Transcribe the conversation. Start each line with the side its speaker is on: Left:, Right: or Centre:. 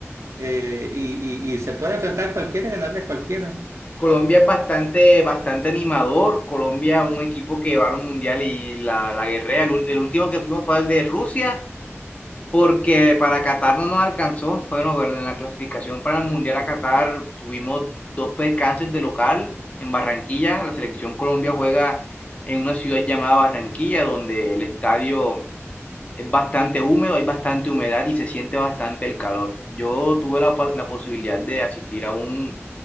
Right: eh, y, y- y se puede enfrentar a cualquiera y ganarle a cualquiera.
Left: Colombia es bastante, bastante animador. Colombia es un equipo que va a los mundiales y la, la guerrea. El, ul- el último que fuimos fue al de Rusia, porque para Qatar no nos alcanzó. Bueno, bueno, en la clasificación para el mundial a Qatar tuvimos dos percances de local en Barranquilla. La selección Colombia juega en una ciudad llamada Barranquilla, donde el estadio es bastante húmedo, hay bastante humedad y se siente bastante el calor. Yo tuve la, pa- la posibilidad de asistir a un